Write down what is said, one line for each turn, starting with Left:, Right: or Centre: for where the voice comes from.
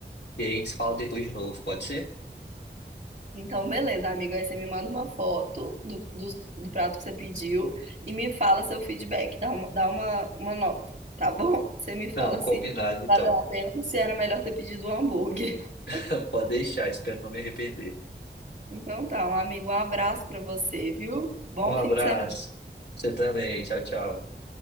Left: E aí a gente se fala depois de novo, pode ser?
Right: Então, beleza, amigo. Aí você me manda uma foto do, do, do prato que você pediu e me fala seu feedback. Dá uma, dá uma, uma nota, tá bom? <laughs> Você me fala
Left: Não, combinado
Right: se
Left: então.
Right: valeu a pena ou se era melhor ter pedido um hambúrguer. <laughs>
Left: <laughs> Pode deixar, espero não me arrepender.
Right: Então tá, um amigo, um abraço pra você, viu? Bom
Left: Um abraço.
Right: fim de semana.
Left: Você também. Tchau, tchau.